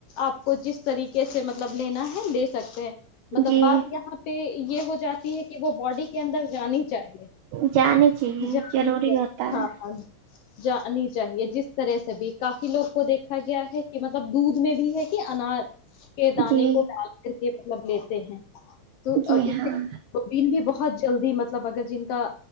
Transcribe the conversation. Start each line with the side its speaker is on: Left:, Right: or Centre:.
Left: آپ کو جس طریقے سے مطلب لینا ہے لے سکتے ہیں مطلب
Right: جی
Left: بات یہاں پہ یہ ہو جاتی ہے کہ وہ باڈی کے اندر جانی چاہیے
Right: جانے چاہیے
Left: جانی
Right: ضروری
Left: چاہے
Right: ہوتا ہے
Left: ہاں جانی چاہیے جس طرح سے بھی کافی لوگ کو دیکھا گیا ہے کہ مطلب دودھ میں بھی ہے کہ انار کے دانے
Right: جی
Left: کو ڈال کر کے مطلب لی <unintelligible> <unintelligible>
Right: جی ہاں
Left: <unintelligible> جلدی مطلب اگر جن کا